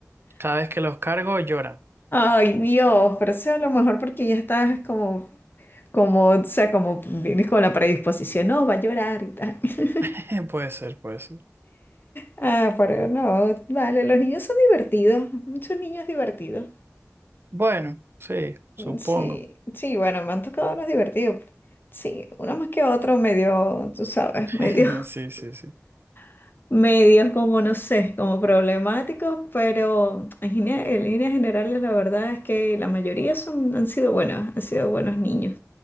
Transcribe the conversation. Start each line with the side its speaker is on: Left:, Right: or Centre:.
Right: Cada vez que los cargo lloran.
Left: Ay, Dios, pero sea a lo mejor porque ya estás como, como, o sea, como vienes con la predisposición, no, va a llorar y tal. <laughs>
Right: <laughs> Puede ser, puede ser.
Left: Ah, pero no, vale, los niños son divertidos, son niños divertidos.
Right: Bueno, sí, supongo.
Left: Sí, sí, bueno, me han tocado unos divertidos. Sí, uno más que otro medio, tú sabes,
Right: <laughs>
Left: medio,
Right: Sí, sí, sí.
Left: <laughs> medio como no sé, como problemáticos, pero en, gine- en líneas generales la verdad es que la mayoría son, han sido buenos, han sido buenos niños.